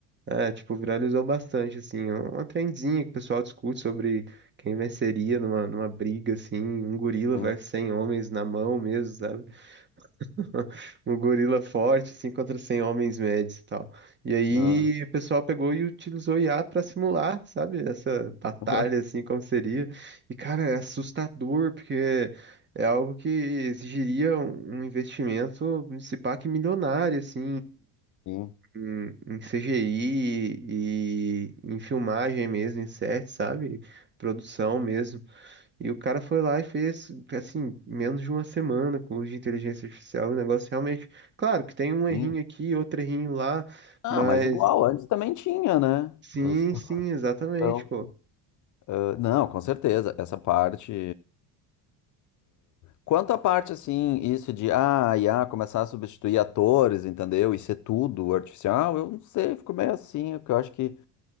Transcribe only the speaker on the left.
Hum.
Ah.
<laughs>
Sim,
sim.
Ah,
mas igual, antes também tinha, né?
Os
portão.
Ah, não, com certeza, essa parte. Quanto à parte, assim, isso de ah, IA começar a substituir atores, entendeu? E ser tudo artificial, eu não sei, fico meio assim, porque eu acho que,